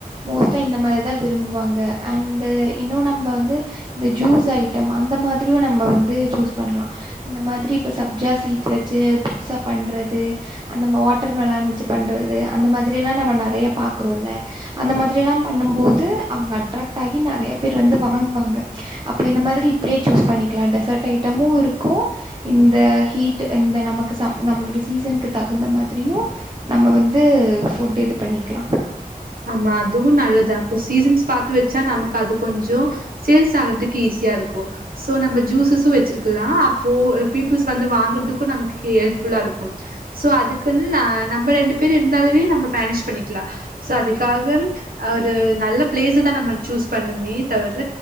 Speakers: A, on the right; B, on the right.
A: மோஸ்ட்டா இந்த மாரிதா விரும்புவாங்க அண்டு இன்னு நம்ம வந்து இந்த ஜூஸ் ஐட்டம் அந்த மாதிரியு நம்ம வந்து சூஸ் பண்லா இந்த மாதிரி இப்ப சப்ஜா சீட்ஸ் வச்சு புதுசா பண்றது அந்தம் வாட்டர் மெலன் வச்சு பண்றது அந்த மாதிரி எல்லா நம்ப நறைய பாக்குறோல்ல அந்த மாதிரி எல்லா பண்ணும் போது அவங்க அட்ராக்ட் ஆகி நறைய பேர் வந்து வாங்குவாங்க அப்போ இந்த மாதிரி இப்டியே சூஸ் பண்ணிக்கலா டெசர்ட் ஐட்டமு இருக்கு இந்த ஹீட் இந்த நமக்கு சம் நம்மளோட சீசனுக்கு தகுந்த மாதிரியு நம்ப வந்து ஃபுட் இது பண்ணிக்கலா
B: ஆமா அதுவு நல்லது அப்போ சீசன்ஸ் பாத்து வச்சா நமக்கு அது கொஞ்சோ சேல்ஸ் ஆகுறதுக்கு ஈஸியா இருக்கு சோ நம்ம ஜூசஸு வச்சிருக்கலா அப்போ பீப்புள்ஸ் வந்து வாங்குறதுக்கு நமக்கு ஹெல்ப்ஃபுல்லா இருக்கு சோ அதுக்குன்னு ந நம்ம ரெண்டு பேரு இருந்தாலவே நம்ம மேனேஜ் பண்ணிக்லா சோ அதுக்காக அ ஒரு நல்ல ப்ளேச தா நம்ம சூஸ் பண்ணுமே தவிர